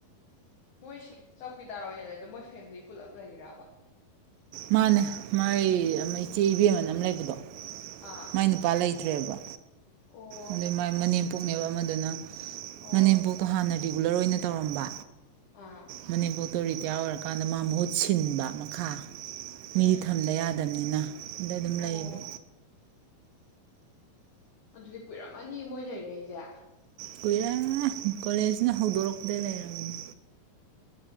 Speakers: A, on the left; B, on the right.
A: ꯃꯣꯏꯁꯤ ꯆꯧꯀꯤꯗꯥꯔ ꯑꯣꯏꯅ ꯂꯩ ꯑ ꯑꯗꯨ ꯃꯣꯏ ꯐꯦꯃꯤꯂꯤ ꯄꯨꯂꯞ ꯂꯩꯔꯕ
B: ꯃꯥꯅꯦ ꯃꯥꯏ
A: ꯑꯣ
B: ꯑꯃ ꯏꯆꯦ ꯏꯕꯦꯝꯃꯅ ꯑꯃ ꯂꯩꯕꯗꯣ
A: ꯑꯥ
B: ꯃꯥꯏ ꯅꯨꯄꯥ ꯂꯩ ꯇ꯭ꯔꯦꯕ
A: ꯑꯣ
B: ꯑꯗꯨ ꯃꯥꯏ ꯃꯅꯦꯝꯄꯣꯛꯅꯦꯕ ꯑꯃꯗꯨꯅ
A: ꯑꯣ
B: ꯃꯅꯦꯝꯄꯣꯛꯀ ꯍꯥꯟꯅꯗꯤ ꯔꯤꯒꯨꯂꯔ ꯑꯣꯏꯅ ꯇꯧꯔꯝꯕ
A: ꯑꯥ
B: ꯃꯅꯤꯕꯣ ꯑꯇꯣꯔꯤꯇꯌꯥ ꯑꯣꯏꯔꯀꯥꯟꯗ ꯃꯥ ꯃꯍꯨꯠ ꯁꯤꯟꯕ ꯈꯥ ꯃꯤ
A: ꯎꯝ
B: ꯊꯝꯕ ꯌꯥꯗꯕꯅꯤꯅ ꯑꯗ ꯑꯗꯨ ꯑꯗꯨꯝ
A: ꯑꯣ
B: ꯂꯩꯔꯤꯕꯣ
A: ꯑꯗꯨꯗꯤ ꯀꯨꯏꯔꯝꯃꯅꯤ ꯃꯣꯏ ꯂꯩꯔꯏꯁꯦ
B: ꯀꯨꯔꯦ ꯀꯣꯂꯦꯖꯅ ꯍꯧꯗꯣꯔꯛꯄꯗꯒꯤꯩ ꯂꯩꯔꯝꯒꯅꯤ